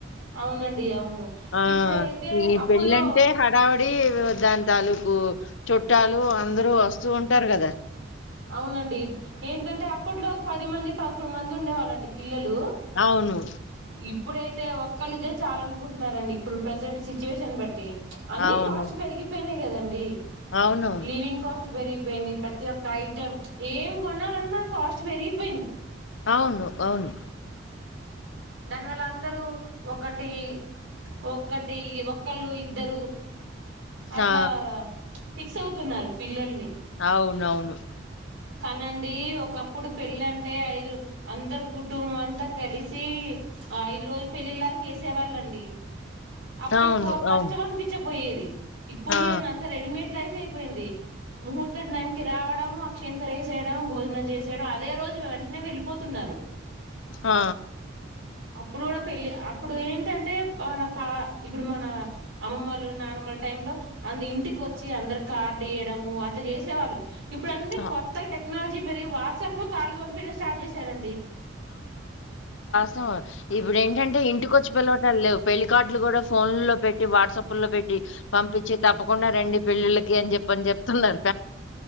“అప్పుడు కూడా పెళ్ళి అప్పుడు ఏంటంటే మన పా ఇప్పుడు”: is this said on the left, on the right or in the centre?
Right